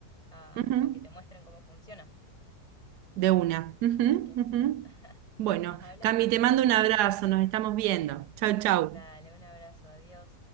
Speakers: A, on the left; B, on the right.
A: a,
B: Ujú.
A: a que te muestren cómo funciona
B: De una.
A: y
B: Ujú,
A: lo chequeas.
B: ujú. Bueno,
A: Bueno, nos hablamos.
B: Cami, te mando un abrazo, nos estamos viendo. Chau, chau.
A: Dale, un abrazo, adiós.